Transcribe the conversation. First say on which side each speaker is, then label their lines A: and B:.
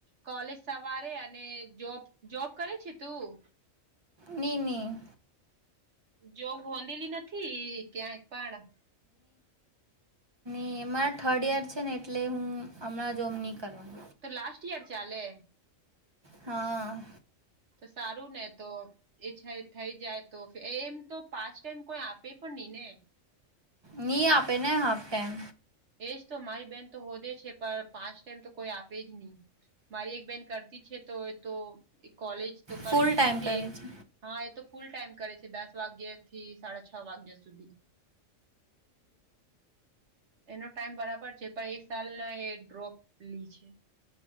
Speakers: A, on the right (about 60°); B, on the right (about 30°).
A: કોલેજ સવારે અને જોબ જોબ કરે છે તું?
B: નીની.
A: જો ગોંધેલી નથી ક્યાંય પણ.
B: એ માર થર્ડ યર છે ને એટલે હું હમણાં જોબ ની કરવાનું.
A: તો લાસ્ટ યર ચાલે.
B: હા.
A: તો સારું ને તો એછા એ થઈ જાય તો એમ તો પાચ ટાઈમ કોઈ આપે પણ નઈ ને.
B: ની આપે ને હાફ ટેમ.
A: એજ તો મારી બેહેન તો હોદે છે પર પાચ ટાઈમ તો કોઈ આપે જ નહી મારી એક બેહેન કરતી છે તો તો એક કોલેજ તું કરેલી
B: ફૂલ ટાઈમ
A: નથી
B: કરે
A: એ.
B: છે
A: હા એ તો ફૂલ ટાઈમ કરે છે દસ વાગ્યા થી સાડા છ વાગ્યા સુધી. એનો ટાઈમ બરાબર છે પર એક સાલના એ ડ્રોપ લી છે.